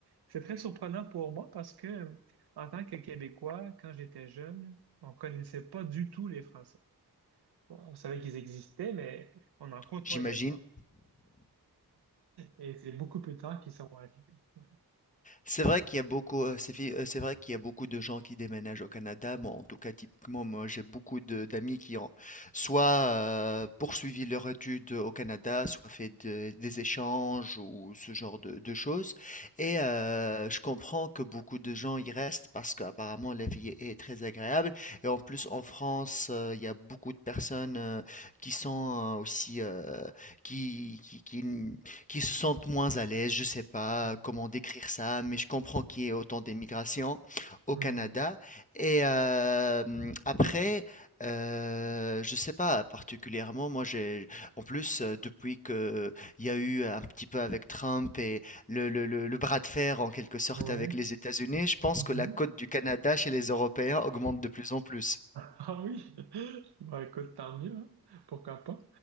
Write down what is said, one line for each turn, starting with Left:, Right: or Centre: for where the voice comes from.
Right: c'est très surprenant pour moi parce que en tant que Québécois, quand j'étais jeune, on connaissait pas du tout les Français. Bon, on savait qu'ils existaient, mais on n'en côtoyait
Left: j'imagine.
Right: pas. Et c'est beaucoup plus tard qu'ils sont arrivés. Ouais.
Left: C'est vrai qu'il y a beaucoup, heu, c'est fi heu, c'est vrai qu'il y a beaucoup de gens qui déménagent au Canada. Moi, en tout cas, typiquement, moi, j'ai beaucoup de d'amis qui ont soit, heu, poursuivi leur étude au Canada, soit fait de des échanges ou ce genre de de choses et heu, je comprends que beaucoup de gens y restent parce qu'apparemment la vie est est très agréable et en plus, en France, heu, il y a beaucoup de personnes, heu, qui sont euh, aussi, heu, qui qui qui qui se sentent moins à l'aise, je ne sais pas
Right: Mm.
Left: euh, comment décrire ça, mais je comprends qu'il y ait autant d'émigration au
Right: Mm.
Left: Canada. Et euh, hum, après, euh, je ne sais pas particulièrement, moi j'ai, en plus, euh, depuis que il y a eu un petit peu avec Trump et le, le, le, le bras de fer en quelque sorte
Right: Ouais.
Left: avec les États-Unis, je pense
Right: Mhm.
Left: que la cote du Canada chez les Européens augmente de plus en plus.
Right: Ah oui, <laughs> bah écoute, tant mieux, hein. Pourquoi pas.